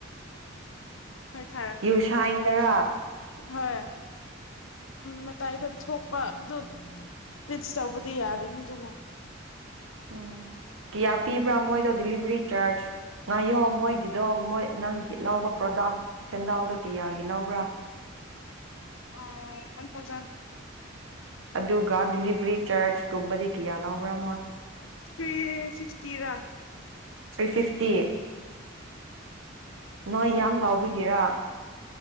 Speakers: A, on the left; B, on the right.
A: ꯍꯣꯏ ꯊꯥꯔꯛꯀꯦ
B: ꯌꯨꯁꯥꯏꯟꯗꯔꯥ
A: ꯍꯣꯏ ꯃꯇꯥꯏꯗ ꯊꯣꯛ ꯑꯗꯨ ꯇꯤꯁ ꯇꯧꯕꯗꯤ ꯌꯥꯒꯅꯤ ꯑꯗꯨꯕꯨ
B: ꯎꯝ ꯀꯤꯌꯥ ꯄꯤꯕ꯭ꯔꯥ ꯃꯣꯏꯗꯣ ꯗꯤꯂꯤꯚꯔꯤ ꯉꯥꯏꯌꯣ ꯃꯣꯏ ꯒꯤꯗꯣ ꯃꯣꯏ ꯅꯪꯒꯤ ꯂꯧꯕ ꯄ꯭ꯔꯗꯛ ꯁꯦꯟꯗꯥꯜꯗꯣ ꯀꯌꯥꯒꯤ ꯂꯧꯕ꯭ꯔꯥ
A: ꯑ ꯋꯥꯟ ꯊꯥꯎꯖꯟ
B: ꯑꯗꯨꯒ ꯗꯤꯂꯤꯚꯔꯤ ꯆꯥꯔꯖ ꯇꯨꯝꯕꯗꯤ ꯀꯌꯥ ꯂꯕ꯭ꯔꯥ ꯃꯣꯏ
A: ꯊꯔꯤ ꯁꯤꯛꯇꯤꯔ
B: ꯊ꯭ꯔꯤ ꯁꯤ ꯇꯦ ꯅꯣꯏ ꯌꯥꯝ ꯂꯥꯎꯕꯤꯒꯦꯔ